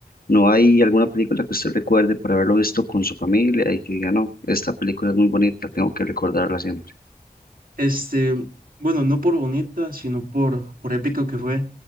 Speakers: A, on the left (about 75°); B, on the right (about 65°).
A: ¿No hay alguna película que usted recuerde por haberlo visto con su familia y que diga, no, esta película es muy bonita, tengo que recordarla siempre?
B: Este, bueno, no por bonita, sino por, por épico que fue.